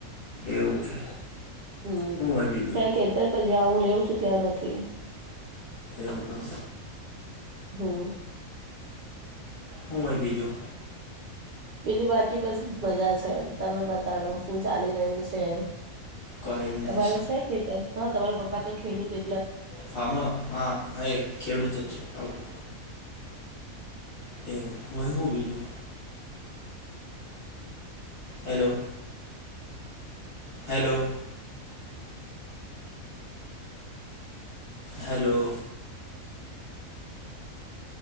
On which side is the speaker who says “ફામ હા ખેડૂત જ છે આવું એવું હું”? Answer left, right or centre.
Left